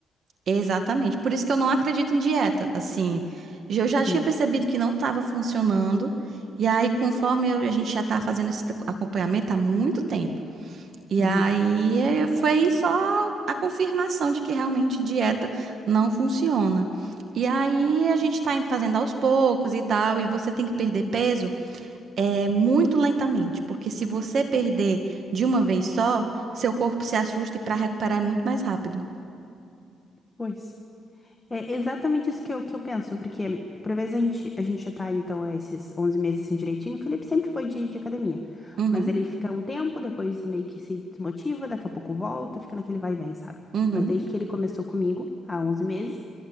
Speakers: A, on the right; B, on the left.
A: Exatamente. Por isso que eu não acredito em dieta. Assim, eu já tinha
B: Uhum.
A: percebido que não estava funcionando. E aí, conforme eu- a gente já tá fazendo esse acompanhamento há muito tempo. E
B: Uhum.
A: aí eh, foi só a confirmação de que realmente dieta não funciona. E aí a gente tá indo fazendo aos poucos e tal, e você tem que perder peso é muito lentamente, porque se você perder de uma vez só, seu corpo se assusta e para recuperar é muito mais rápido.
B: Pois. É exatamente isso que eu, que eu penso, porque por vezes a gente, a gente já tá, então, é, esses 11 meses assim direitinho. O Felipe sempre foi de, de academia,
A: Uhum,
B: mas ele fica um tempo, depois meio que se desmotiva, daqui a pouco volta, fica naquele vai e vem, sabe?
A: uhum,
B: Mas desde que ele começou comigo, há 11 meses,